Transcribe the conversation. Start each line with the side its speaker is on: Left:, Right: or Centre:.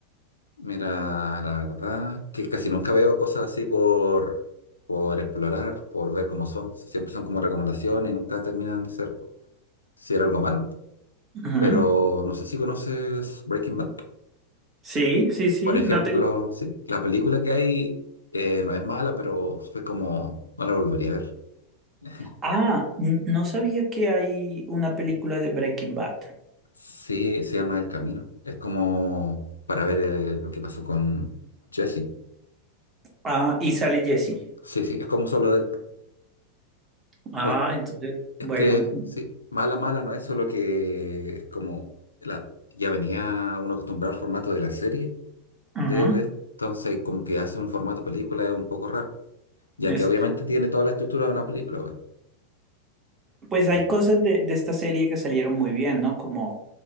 Left: Mira, la verdad que casi nunca veo cosas así por, por explorar, por ver cómo son. Si- Siempre son como recomendaciones y nunca terminan de ser si era algo malo.
Right: Ujú.
Left: Pero no sé si conoces Breaking Bad.
Right: Sí, sí, sí.
Left: Por ejemplo,
Right: No te
Left: sí, la película que hay eh, no es mala, pero fue como, no la volvería a ver. <laughs>
Right: Ah, n- no sabía que hay una película de Breaking Bad.
Left: Sí, se llama El Camino. Es como para ver eh, lo que pasó con Jesse.
Right: Ah, y sale Jesse.
Left: Sí, sí, es como solo de él.
Right: Ah,
Left: O
Right: entonces,
Left: Es
Right: bueno,
Left: que sí, mala, mala no es, solo que es como la, ya venía uno acostumbrado al formato de la serie,
Right: ajá.
Left: de, de- entonces como que hace un formato película es un poco raro, ya
Right: Es,
Left: que obviamente tiene toda la estructura de una película. weón.
Right: pues
Left: Yo-
Right: hay cosas de, de esta serie que salieron muy bien, ¿no? Como